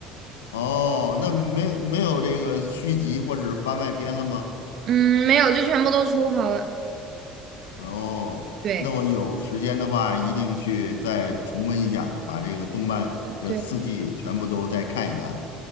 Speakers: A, on the left; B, on the right.
A: 哦，那没没有这个续集或者是番外篇了吗？
B: 嗯，没有，就全部都出好了。
A: 哦，
B: 对，
A: 那我有时间的话，一定去再重温一下，把这个动漫这四季全部都再看一看。
B: 呃对，